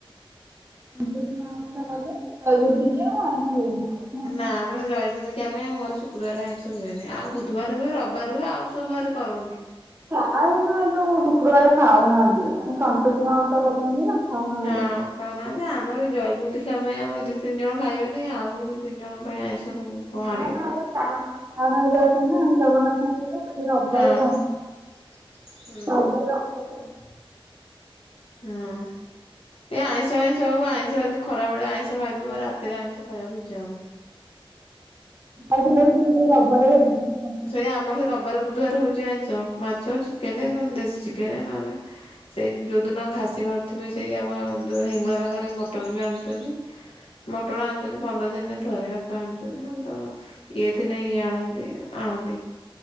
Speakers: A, on the right; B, on the left.
A: ହୁଁ ସନ୍ତୋଷୀ ମା ଓଷା କଲେ ଜୟଗୁରୁ ଦୀକ୍ଷା ଏମିତି ଆଇଁଷ ହୁଏନି।
B: ନା। ଆମର ଜୟଗୁରୁ ଦୀକ୍ଷା ପାଇଁ ଆମ ଘରେ ଶୁକ୍ରୁବାରେ ଆଇଁଷ ହୁଏନି ଆଉ ବୁଧବାର ହୁଏ ରବିବାର ହୁଏ ଆଉ ସବୁ ବାର କରନ୍ତି।
A: ଖାଏନା ଯୋଉ ଶୁକ୍ରୁବାର ଖାଉନାହାନ୍ତି ମୁଁ ସନ୍ତୋଷୀ ମା ଓଷା କରୁଛନ୍ତି ନା ଖାଉନାହାନ୍ତି।
B: ହଁ ଖାଉନାହାନ୍ତି ଆମର ଜୟଗୁରୁ ଦୀକ୍ଷା ପାଇଁ ଆମର ଦି ତିନି ଜଣ ଖାଇବେନି ଆଉ ଦି ତିିନି ଜଣ ପାଇଁ ଆଇଁଷ କଣ
A: ନା
B: ଆଣିବେ
A: ନା ଏ ଚାରଣ ଚାରଣରେ ଯାଉଛନ୍ତି ନା ଜଗନ୍ନାଥଙ୍କ ଇଏରେ ରବାରେ
B: ହଁ
A: ଖାଉନୁ
B: ହଁ।
A: ରବାରେ। <unintelligible>
B: ହଁ ଏ ଆଇ ସେନ୍ ସବୁ ଆଇଁଷ ଯଦି ଖରାବେଳେ ଆଇଁଷ ଖାଇଦୋବୁ ଆଉ ରାତିରେ ଆଇଁଷ ଖାଇବାକୁ ଇଚ୍ଛା ହୋଉନି।
A: ଆଉ ଥିଲେ ବି ସେ ସେଇ ରବାରେ ଗୁରୁବାର ଓଷା।
B: ସେଇ ଆମର ସେ ରବାରେ ବୁଧୁବାର ହୋଉଚି ଆଇଁଷ ମାଛ ଚିକେନ ନହେନେ ଦେଶୀ ଚିକେନ ନହେନେ ସେଇ ଯୋଉଦିନ ଖାସି ମାରୁଥିବେ ସେଇ ଆମ ଦ ହେଙ୍ଗୁଳା ପାଖରେ ମଟନ୍ ବି ଆଣୁଛନ୍ତି। ମଟନ୍ ଆଣୁଛନ୍ତି, ପନ୍ଦର ଦିନରେ ଥରେ ବାପା ଆଣୁଛନ୍ତି ନା ତ ଇଏ ଥିନେ ଇଏ ଆଣନ୍ତି, ଆଣନ୍ତି